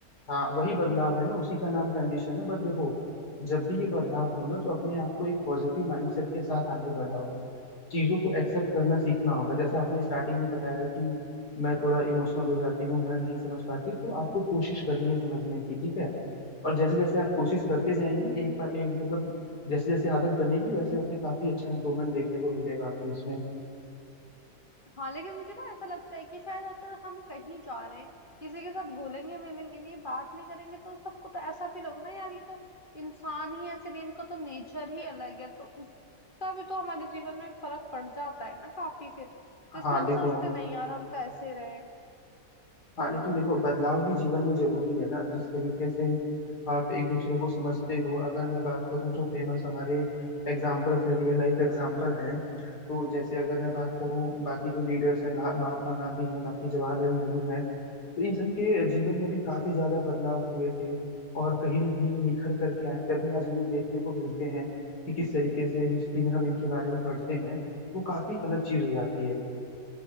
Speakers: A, on the left; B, on the left.
A: हाँ वही बदलाव है ना उसी का नाम ट्रांजिशन है बट देखो जब भी ये बदलाव हो ना तो अपने आप को एक पॉजिटिव माइंडसेट के साथ आगे बढ़ाओ चीजों को एक्सेप्ट करना सीखना होगा जैसा आपने स्टार्टिंग में बताया कि मैं थोड़ा इमोशनल हो जाती हूँ मैं नहीं समझ पाती तो आपको कोशिश करनी है समझने की ठीक है और जैसे जैसे आप कोशिश करते जाएंगे एक बार एक मतलब जैसे जैसे आदत बनेगी वैसे वैसे काफी अच्छा इम्प्रूवमेंट देखने को मिलेगा आपको इसमें
B: हाँ लेकिन मुझे ना ऐसा लगता है कि शायद अगर हम कहीं जा रहे हैं किसी के साथ घुलेंगे मिलेंगे नहीं बात नहीं करेंगे तो सबको तो ऐसा फील होगा ना यार ये तो इंसान ही ऐसे नहीं इनका तो नेचर ही अलग है तो उसका भी तो हमारे जीवन में फर्क पड़ जाता है ना काफी फिर तो इसलिए
A: हाँ
B: हम
A: देखो
B: सोचते नहीं यार हम तो ऐसे रहे
A: हाँ लेकिन देखो बदलाव भी जीवन में जरूरी है ना जिस तरीके से आप एक दूसरे को समझते हो अगर मैं बात करूँ जो फेमस हमारे एग्जाम्पल्स है रियल लाइफ एग्जाम्पल हैं तो जैसे अगर मैं बात करूँ बाकी जो लीडर्स हैं गा- महात्मा गांधी हैं बाकी जवाहरलाल नेहरू हैं तो इन सबके जीवन में भी काफी ज्यादा बदलाव हुए थे और कहीं ना कहीं ये निखर करके आए तभी आज हमें देखने को मिलते हैं कि किस तरीके से हिस्ट्री में हम इनके बारे में पढ़ते हैं वो काफी अलग चीज हो जाती है